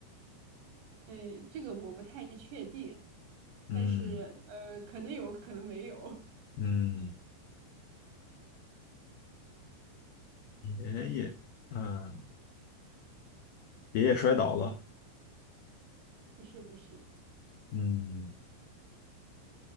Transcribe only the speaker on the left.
嗯
嗯，爷爷，嗯，爷爷摔倒了。
嗯